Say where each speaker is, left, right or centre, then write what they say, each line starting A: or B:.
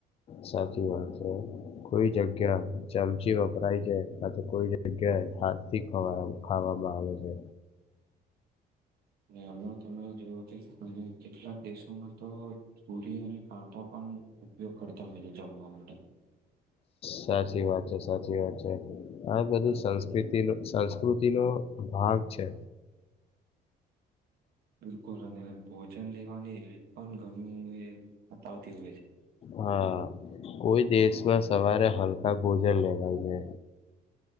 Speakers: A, on the left; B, on the right.
A: સાચી વાત છે, કોઈ જગ્યા ચમચી વપરાય છે, અને તો કોઈ, જગ્યા. હાથ થી, ખવાઈ ખાવામાં આવે છે.
B: અને આમા, તમે જોવુ કેટલાક દેશોમા તો પૂરી અને કાંટા, પણ ઉપયોગ કરતા હોય છે, જમવા માટે
A: સાચી વાત સાચી વાત છે, આ બધું સંસ્તિ સંસ્કૃતિ નો ભાગ છે.
B: <unintelligible> <inaudible> બિલકુલ અને ભોજન લેવાની હેલ્પ, પણ ગમે એ બતાવતી હોય છે.
A: હા, કોઈ દેશમાં સવારે હલકા ભોજન લેવાય છે.